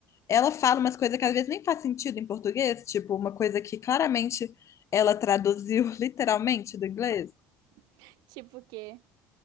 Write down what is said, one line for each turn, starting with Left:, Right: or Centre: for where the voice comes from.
Left: ela fala umas coisas que às vezes nem faz sentido em português, tipo, uma coisa que claramente ela traduziu <laughs> literalmente do inglês.
Right: <laughs> Tipo que